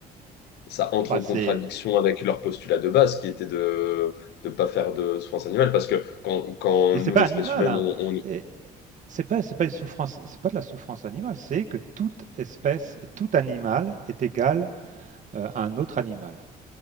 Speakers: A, on the left; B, on the right.
A: ça entre
B: Bah,
A: en
B: c'est
A: contradiction avec leur postulat de base qui était de ne pas faire de souffrance animale parce que quand, quand
B: Mais c'est
A: nous,
B: pas
A: l'espèce
B: animal,
A: humaine,
B: hein.
A: on... on-
B: Et c'est pas, c'est pas une souffrance, c'est pas de la souffrance animale, c'est que toute espèce, tout animal est égal euh, à un autre animal.